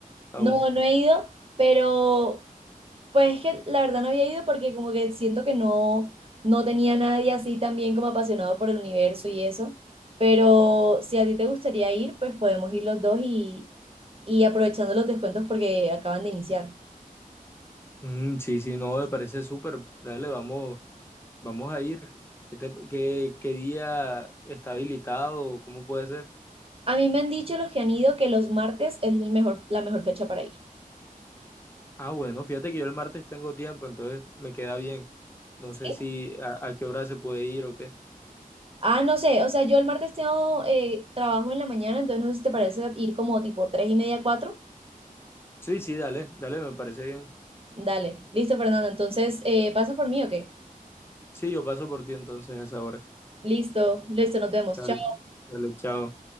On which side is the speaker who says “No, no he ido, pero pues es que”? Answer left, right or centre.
Right